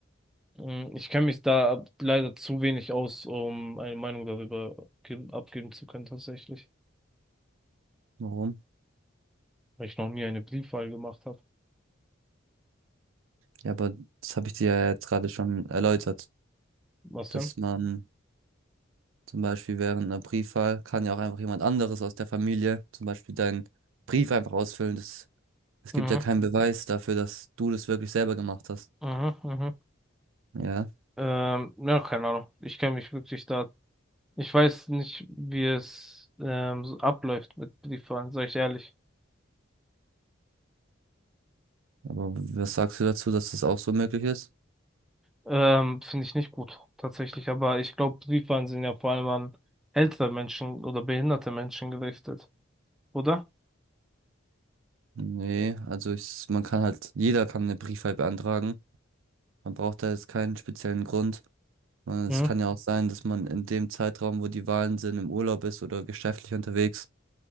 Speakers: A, in the centre; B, on the right (about 80°).
A: Mm, Ich kenne mich da leider zu wenig aus, um eine Meinung darüber ge- abgeben zu können, tatsächlich.
B: Warum?
A: Weil ich noch nie eine Briefwahl gemacht habe.
B: Ja, aber das habe ich dir ja jetzt gerade schon erläutert,
A: Was
B: dass
A: denn?
B: man zum Beispiel während einer Briefwahl kann ja auch einfach jemand anderes aus der Familie zum Beispiel deinen Brief einfach ausfüllen. Das, es
A: Mhm,
B: gibt ja keinen Beweis dafür, dass du das wirklich selber gemacht hast.
A: mhm, mhm.
B: Ja,
A: Ähm, ja, keine Ahnung. Ich kenne mich wirklich da. Ich weiß nicht, wie es ähm, so abläuft mit Briefwahlen, sag ich ehrlich.
B: aber was sagst du dazu, dass das auch so möglich ist?
A: Ähm, finde ich nicht gut, tatsächlich. Aber ich glaube, Briefwahlen sind ja vor allem an ältere Menschen oder behinderte Menschen gerichtet, oder?
B: Nee, also ich, man kann halt, jeder kann eine Briefwahl beantragen. Man braucht da jetzt keinen speziellen Grund. Weil
A: Mhm.
B: Es kann ja auch sein, dass man in dem Zeitraum, wo die Wahlen sind, im Urlaub ist oder geschäftlich unterwegs.